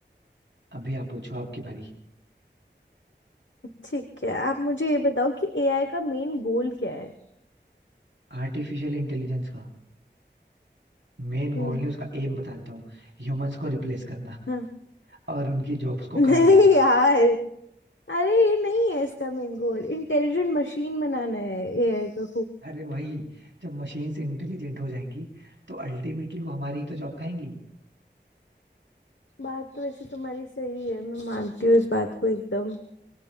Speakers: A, on the right (about 80°); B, on the left (about 80°).
A: अभी आप पूछो आपकी बारी
B: ठीक है आप मुझे ये बताओ कि एआई का मेन गोल क्या है
A: आर्टिफिशियल इंटेलिजेंस का मेन गोल
B: हम्म
A: नहीं उसका एम बता देता हूँ ह्यूमंस को रिप्लेस करना
B: हाँ
A: और उनकी जॉब्स
B: <laughs>
A: को
B: नहीं
A: खाना
B: यार अरे ये नहीं है इसका मेन गोल इंटेलिजेंट मशीन बनाना है एआई का
A: अरे वही जब मशीन्स इंटेलिजेंट हो जाएंगी तो अल्टीमेटली वो हमारी ही तो जॉब खाएंगी
B: बात तो वैसे तुम्हारी सही है मैं मानती हूँ इस बात को एकदम